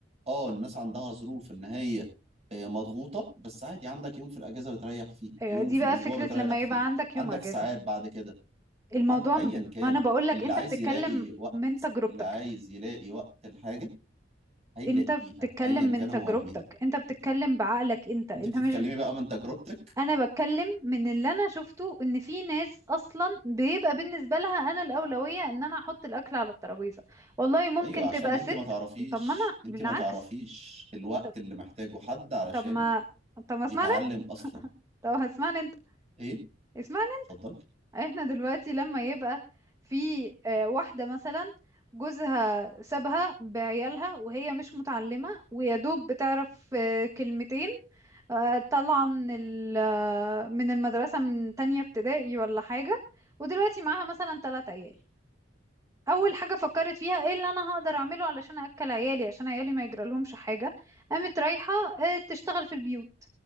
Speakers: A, on the right (about 35°); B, on the right (about 15°).
A: آه الناس عندها ظروف إن هي آه، مضغوطة بس عادي عندك يوم في الأجازة بتريح فيه
B: أيوة
A: يوم
B: دي
A: في
B: بقى
A: الأسبوع
B: فكرة
A: بتريح
B: لما
A: فيه
B: يبقى عندك
A: عندك
B: يوم أجازة
A: ساعات بعد كده
B: الموضوع
A: عند ايا
B: م-
A: كان
B: أنا بقولك
A: اللي
B: أنت
A: عايز
B: بتتكلم
A: يلاقي وقت
B: من تجربتك
A: اللي عايز يلاقي وقت الحاجة هيلاقيها
B: انت بتتكلم
A: ايا
B: من
A: كان
B: تجربتك
A: هو مين
B: انت بتتكلم بعقلك انت انت
A: انت بتتكلمي
B: مش
A: بقى من تجربتك
B: انا بتكلم من اللي انا شفته ان في ناس اصلا بيبقى بالنسبه لها انا الاولويه ان انا احط الاكل على الترابيزه والله ممكن
A: ايوه عشان
B: تبقى
A: انت
B: ست
A: ما تعرفيش
B: طب ما انا
A: انت
B: بالعكس
A: ما تعرفيش الوقت
B: طب
A: اللي محتاجه حد علشان
B: طب ما طب ما اسمعني
A: يتعلم
B: انت
A: اصلا
B: <laughs> طب اسمعني انت
A: ايه
B: اسمعني
A: اتفضل
B: احنا دلوقتي لما يبقى في آه، واحدة مثلا جوزها سابها بعيالها وهي مش متعلمة ويا دوب بتعرف آه، كلمتين آه، طالعة من ال- آه، من المدرسة من تانية ابتدائي ولا حاجة ودلوقتي معاها مثلا تلات عيال أول حاجة فكرت فيها ايه اللي أنا هقدر أعمله علشان أكل عيالي عشان عيالي ما يجرالهمش حاجة قامت رايحة آه، تشتغل في البيوت